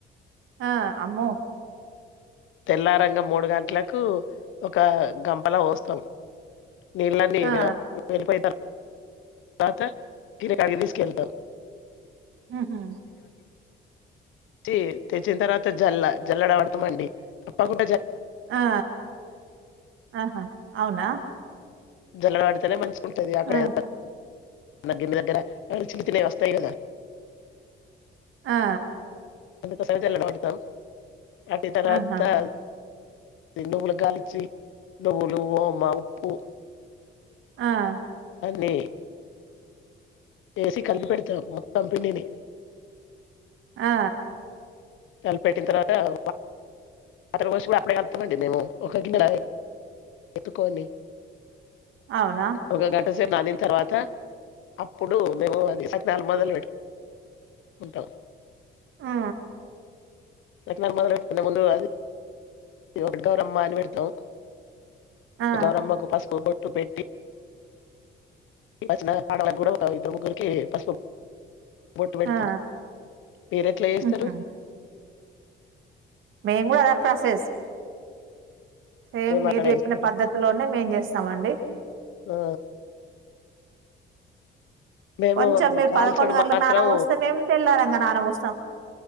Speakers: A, on the right (about 80°); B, on the left (about 80°).
A: ఆ అమ్మో
B: తెల్లారంగ మూడు గంటలకు ఒక గంపల పోస్తాం నీళ్ళన్నీ
A: ఆ
B: వే వెళ్ళిపోయిటర్ తర్వాత కిరాణాకి తీసుకెళ్తాం
A: ఉహుమ్
B: తి తెచ్చిన తర్వాత జల్ల జల్లడవడతమండి తప్పకుం
A: ఆ ఆహా అవునా
B: జలలాడితేనే మంచి ఉంటుంది గా
A: ఆ!
B: ప్రయోజ దగ్గర దగ్గర ఏమైనా చిన్ని చినయి వస్తాయి కదా
A: ఆ
B: అందు కోసం జల్లెడ పడతాం వాటి తర్వాత
A: ఆహా!
B: నువ్వులు గాలిచ్చి నువ్వులు వొమా ఉప్పు
A: ఆ
B: నే ఎసి కలిపి పెడతాం మొత్తం పిండిని
A: ఆ
B: కలిపి పెట్టిన తర్వాత వాటర్ పోషి కూడా అప్పుడే కలుపుతమండి మేము ఒక గిన్నాల ఒత్తుకొని
A: అవునా?
B: ఒక గంట సే మంచి గ నానిన తర్వాత అప్పుడు మేము అది సకినాలు మొదలు పెట్టుకుంటాం
A: ఆ
B: సకినాలు మొదలు పెట్టుకునే ముందు అది ఇ ఒకటి గౌరమ్మా అని పెడతాం
A: ఆ!
B: గౌరమ్మకు పసుపు బొ ట్టు పెట్టి ఓ చిన్నగా ఆడలాకూడా ఒక ఇద్దర్ ముగ్గురుకి పస్పు బొట్టు పెడతాం
A: ఆ!
B: మీరు ఎట్లా చేస్తారు
A: హుహు. మేము కూడా అద ప్రాసెస్ సేమ్ మీరు
B: అట్లనే
A: చెప్పిన
B: చేస్తారా
A: పద్ధతిలోనే మేం చేస్తామండి
B: ఆ మేము
A: కొంచెం మీరు
B: కాల్చుడు
A: పదకొండు గంట్లకు
B: మాత్రం
A: నానభోస్తె తెళ్లారంగా నాన బోస్తాం